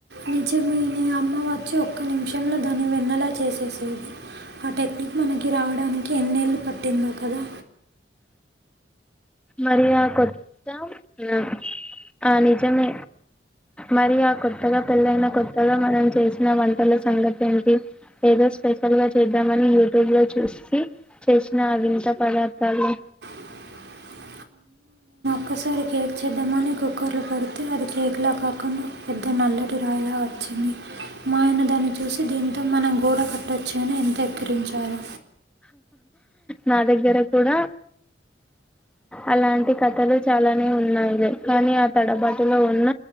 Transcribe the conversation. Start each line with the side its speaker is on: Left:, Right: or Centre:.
Right: నిజమేనే అమ్మ వచ్చి ఒక్క నిమిషంలో దాన్ని వెన్నలా చేసేసేది ఆ టెక్నిక్ మనకి రావడానికి ఎన్నేళ్ళు పట్టిందో కదా
Centre: మరి ఆ కొత్త ఆ ఆ నిజమే మరి ఆ కొత్తగా పెళ్ళైన కొత్తగా మనం చేసిన వంటల సంగతి ఏంటి ఏది స్పెషల్ గా చేద్దామని యూట్యూబ్ లో చూసి చేసిన ఆ వింత పదార్థాలు
Right: <inaudible> ఒకసారి కేక్ చేద్దామని కుక్కర్ లో పెడితే అది కేక్ లా కాకుండా ఒక పెద్ద నల్లటి రాయిలా వచ్చింది మా ఆయన దాన్ని చూసి దీంతో మనం గోడ కట్టొచ్చు అని ఎంత తిరించాలు
Centre: నా దగ్గర కూడా అలాంటి కథలు చాలానే ఉన్నాయిలే కానీ ఆ తడబాటులో ఉన్న